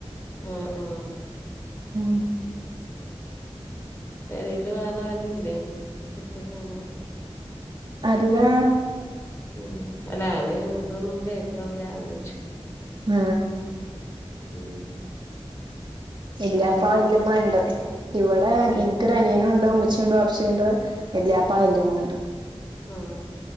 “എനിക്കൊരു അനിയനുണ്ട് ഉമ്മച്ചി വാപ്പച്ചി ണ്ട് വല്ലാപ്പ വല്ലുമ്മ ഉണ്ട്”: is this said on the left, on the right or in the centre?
Right